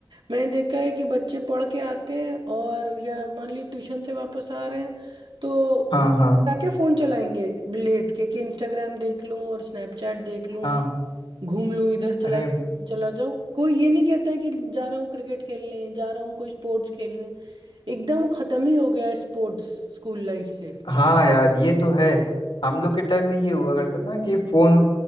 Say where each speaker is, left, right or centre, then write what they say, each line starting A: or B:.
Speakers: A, on the right; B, on the left.
A: मैंने देखा है कि बच्चे पढ़ के आते हैं और या मान ली ट्यूशन से वापस आ रहे हैं तो
B: हाँ
A: वो
B: हाँ
A: जाके फोन चलाएंगे लेट के कि इंस्टाग्राम देख लूं और स्नैपचैट देख लूं
B: हाँ
A: घूम लूं इधर चला
B: अरे
A: जाऊं चला जाऊं कोई ये नहीं कहता है कि जा रहा हूँ क्रिकेट खेलने जा रहा हूँ कोई स्पोर्ट्स खेलने एकदम खत्म ही हो गया है स्पोर्ट्स स्कूल लाइफ से
B: हाँ यार ये तो है हम लोग के टाइम में ये हुआ करता था कि फोन